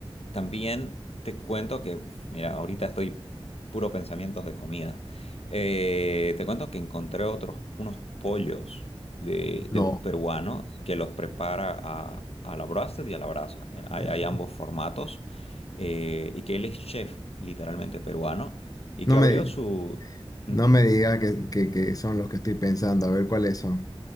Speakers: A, on the left; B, on the left.
A: también te cuento que, mira, ahorita estoy puro pensamientos de comida. Eh, te cuento que encontré otros, unos pollos de,
B: no,
A: de un peruano que los prepara a, a la broasted y a la brasa. Eh, Hay,
B: eh,
A: hay ambos formatos. eh, y que él es chef, literalmente peruano, y
B: no
A: que
B: me,
A: abrió su... ujú,
B: no me diga que, que- que son los que estoy pensando, a ver cuáles son.